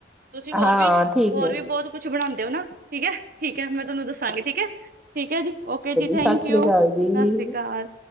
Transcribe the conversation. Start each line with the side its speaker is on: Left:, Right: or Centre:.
Right: ਤੁਸੀਂ ਹੋਰ
Centre: ਹਾਂ
Right: ਵੀ,
Centre: ਠੀਕ
Right: ਹੋਰ
Centre: ਹੈ
Right: ਵੀ ਬਹੁਤ ਕੁਛ ਬਣਾਉਂਦੇ ਹੋ ਨਾ ਠੀਕ ਹੈ, ਠੀਕ ਹੈ ਮੈਂ ਤੁਹਾਨੂੰ ਦੱਸਾਂਗੀ ਠੀਕ ਹੈ, ਠੀਕ ਹੈ ਜੀ ਓਕੇ ਜੀ
Centre: ਸਤਿ
Right: ਥੈਂਕ
Centre: ਸ੍ਰੀ
Right: ਯੂ।
Centre: ਅਕਾਲ
Right: ਸਤਿ
Centre: ਜੀ
Right: ਸ੍ਰੀ ਅਕਾਲ।